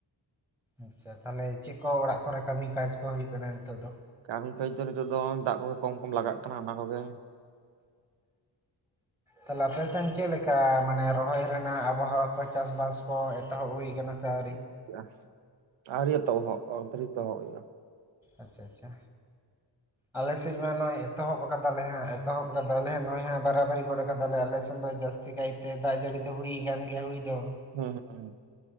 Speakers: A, in the centre; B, on the right.
A: ᱟᱪᱪᱷᱟ ᱛᱟᱦᱚᱞᱮ ᱪᱮᱜ ᱠᱚ ᱚᱲᱟᱜ ᱠᱚᱨᱮ ᱠᱟᱹᱢᱤ ᱠᱟᱡ ᱠᱚ ᱦᱩᱭᱩᱜ ᱠᱟᱱᱟ ᱱᱤᱛᱚᱜ ᱫᱚ?
B: ᱠᱟᱹᱢᱤ ᱠᱟᱹᱡᱽ ᱫᱚ ᱱᱤᱛᱚᱜ ᱫᱚ ᱦᱚᱜᱼᱚᱭ ᱫᱟᱜ ᱠᱚᱜᱮ ᱠᱚᱢ ᱠᱚᱢ ᱞᱟᱜᱟᱜ ᱠᱟᱱᱟ ᱚᱱᱟ ᱠᱚᱜᱮ᱾
A: ᱛᱟᱦᱚᱞᱮ ᱟᱯᱮ ᱥᱮᱱ ᱪᱮᱜ ᱞᱮᱠᱟ ᱢᱟᱱᱮ ᱨᱚᱦᱚᱭ ᱨᱮᱱᱟᱜ ᱟᱵᱚᱦᱟᱣᱟ? ᱠᱚ ᱪᱟᱥ ᱵᱟᱥ ᱠᱚ ᱮᱛᱚᱦᱚᱵ ᱦᱩᱭ ᱠᱟᱱᱟ ᱥᱮ ᱟᱹᱣᱨᱤ?
B: <unintelligible> ᱟᱹᱣᱨᱤ ᱮᱛᱚᱦᱚᱵ ᱦᱩᱭᱩᱜᱼᱟ
A: ᱟᱪᱪᱷᱟ ᱟᱪᱪᱷᱟ ᱟᱞᱮ ᱥᱮᱡ ᱢᱟ ᱱᱚᱜᱼᱚᱭ ᱮᱛᱚᱦᱚᱵ ᱠᱟᱫᱟᱞᱮ ᱦᱟᱸᱜ ᱮᱛᱚᱦᱚᱵ ᱠᱟᱫᱟᱞᱮ ᱦᱟᱸᱜ ᱱᱚᱭ ᱦᱟᱸᱜ ᱵᱟᱨᱟᱵᱟᱨᱤ ᱜᱚᱫ ᱠᱟᱫᱟᱞᱮ ᱟᱞᱮᱥᱮᱱ ᱫᱚ ᱡᱟᱹᱥ ᱛᱤ ᱠᱟᱭ ᱛᱮ ᱫᱟᱜ ᱡᱟᱹᱲᱤ ᱫᱚ ᱦᱩᱭ ᱠᱟᱱᱜᱮᱭᱟ ᱦᱩᱭ ᱫᱚ᱾
B: ᱦᱩᱸ ᱦᱩᱸ᱾